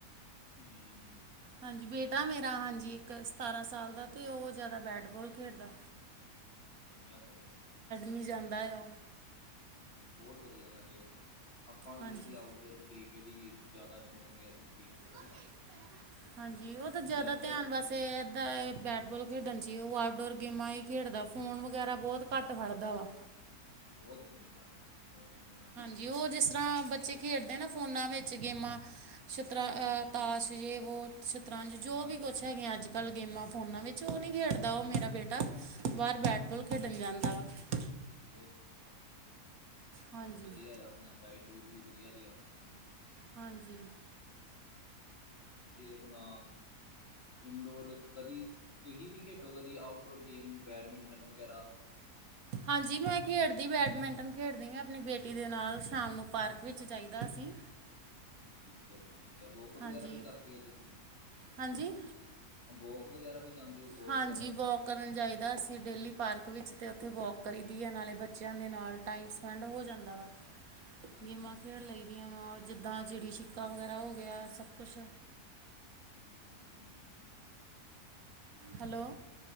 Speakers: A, on the left (about 40°); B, on the right (about 65°).
A: ਜੀ, ‌ਜੀ।
B: ਹਾਂਜੀ ਬੇਟਾ ਮੇਰਾ ਹਾਂਜੀ ਇੱਕ ਸਤਾਰਾਂ ਸਾਲ ਦਾ ਤੇ ਉਹ ਜਿਆਦਾ ਬੈਟਬੋਲ ਖੇਡਦਾ।
A: ਵਧੀਆ ਗੱਲ ਐ ਜੀ, ਵਧੀਆ ਗੱਲ।
B: ਨੀਂ ਜਾਂਦਾ
A: ਆ
B: ਆ।
A: ਜੀ ਬੋਤ ਵਧੀਆ ਗੱਲ ਆ ਜੀ, ਆਪਾਂ ਵੀ
B: ਹਾਂਜੀ
A: ਜੀ ਆਊਟਡੋਰ ਕ੍ਰਿਕੇਟ ਹੀ ਜਿਆਦਾ ਸ਼ੌਂਕ ਆ ਜੀ। ਕ੍ਰਿਕਟ
B: <inaudible>
A: ਦਾ ਹੀ
B: ਹਾਂਜੀ, ਉਹ ਤੇ ਜਿਆਦਾ
A: ਬੈਸਟ
B: ਧਿਆਨ
A: ਹੈ ਜੀ
B: ਬਸ
A: ਗੇਮ
B: ਇਹ ਐ ਤਾ ਬੈਟਬੋਲ ਖੇਡਣ ਚ ਈ ਉਹ ਆਊਟਡੋਰ ਗੇਮਾਂ ਈ ਖੇਡਦਾ। ਫੋਨ ਵਗੈਰਾ ਬੋਤ ਘੱਟ ਫੜਦਾ ਵਾ।
A: ਬੋਤ ਚੰਗੀ ਗੱਲ ਐ। ਫੋਨ ਵਗੈਰਾ ਨਹੀਂ
B: ਹਾਂਜੀ!
A: ਕਰਨਾ
B: ਉਹ ਜਿਸ
A: ਬਹੁਤ
B: ਤਰਾਂ, ਬੱਚੇ ਖੇਡਦੇ ਨੇ ਫੋਨਾਂ ਵਿੱਚ ਗੇਮਾਂ। ਸ਼ਤਰਾਂ,
A: ਹਾਂਜੀ
B: ਆਹ
A: ਹਾਂਜੀ
B: ਤਾਸ਼ ਯੇ ਵੋ ਸ਼ਤਰੰਜ ਜੋ
A: ਹਾਂਜੀ
B: ਵੀ ਕੁਛ
A: ਹਾਂਜੀ
B: ਹੈਗਿਆਂ ਅੱਜ ਕੱਲ ਗੇਮਾਂ ਫੋਨਾਂ ਵਿੱਚ। ਚ ਉਹ ਨੀ ਖੇਡਦਾ ਉਹ
A: ਜੀ
B: ਮੇਰਾ ਬੇਟਾ, ਬਾਹਰ ਬੈਟਬੋਲ ਖੇਡਣ ਜਾਂਦਾ ਵਾ।
A: ਬਹੁਤ ਚੰਗੀ ਗੱਲ ਏ।
B: ਹਾਂਜੀ
A: ਵਧੀਆ ਆ, ਆਪਣਾ ਡਾਇਟ ਡੂਇਟ ਵੀ ਵਧੀਆ ਦਿਆ ਕਰੋ ਓਹਨੂੰ।
B: ਹਾਂਜੀ!
A: ਤੇ ਆਪਨਾ ਇੰਡੋਰ ਕਦੀ ਤੁਹੀ ਵੀ ਖੇਡੋ ਕਦੀ ਆਊਟਡੋਰ ਗੇਮ, ਬੈਡਮਿੰਟਨ ਵਗੈਰਾ।
B: ਹਾਂਜੀ! ਮੈਂ ਖੇਡਦੀ, ਬੈਡਮਿੰਟਨ ਖੇਡਦੀ ਮੈਂ ਆਪਣੀ ਬੇਟੀ ਦੇ ਨਾਲ ਸ਼ਾਮ ਨੂੰ। ਪਾਰਕ ਵਿੱਚ
A: ਹਾਂਜੀ-ਹਾਂਜੀ
B: ਜਾਈਦਾ ਅਸੀਂ
A: ਹੁ ਠੀਕ ਕ ਆ ਜੀ ਠੀਕ ਐ। ਵੋਕ
B: ਹਾਂਜੀ
A: ਵਗੈਰਾ ਵੀ ਕਰਦੇ ਹੋ ਤੁਸੀਂ?
B: ਹਾਂਜੀ
A: ਵੋਕ ਵਗੈਰਾ ਵੀ ਜਾਂਦੇ ਹੋ? ਵੋਕ
B: ਹਾਂਜੀ
A: ਕਰਨ।
B: ਵੋਕ ਕਰਨ ਜਾਈਦਾ ਅਸੀ ਡੇਲੀ, ਪਾਰਕ ਵਿੱਚ ਤੇ। ਤੇ ਵੋਕ ਕਰੀਦੀ
A: ਜੀ
B: ਆ ਨਾਲੇ ਬੱਚਿਆਂ ਦੇ ਨਾਲ
A: ਵੈਸੇ
B: ਟਾਈਮ
A: ਆ ਜੀ,
B: ਸਪੈਂਡ ਹੋ
A: ਵੀ-
B: ਜਾਂਦਾ ਵਾ।
A: ਹਾਂਜੀ
B: ਗੇਮਾਂ
A: ਹਾਂਜੀ
B: ਖੇਡ
A: ਹਾਂਜੀ
B: ਲਈ
A: ਹਾਂਜੀ।
B: ਦੀਆਂ ਵਾ। ਜਿੱਦਾਂ ਚਿੜੀ ਛਿੱਕਾ ਵਗੈਰਾ ਹੋ ਗਿਆ, ਸਭ ਕੁਛ।
A: ਜੀ-ਜੀ-ਜੀ-ਜੀ!
B: ਹੈਲੋ!